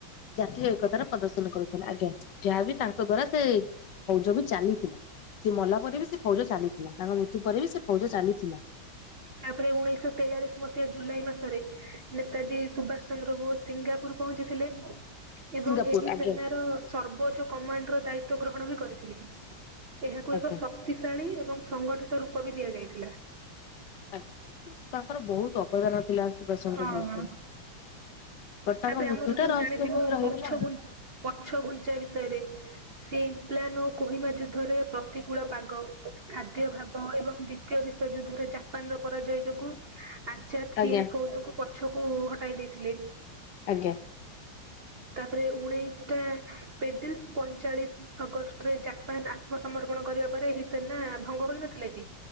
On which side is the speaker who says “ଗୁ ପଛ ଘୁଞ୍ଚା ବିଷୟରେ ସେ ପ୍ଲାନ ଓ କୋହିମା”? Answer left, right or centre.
Right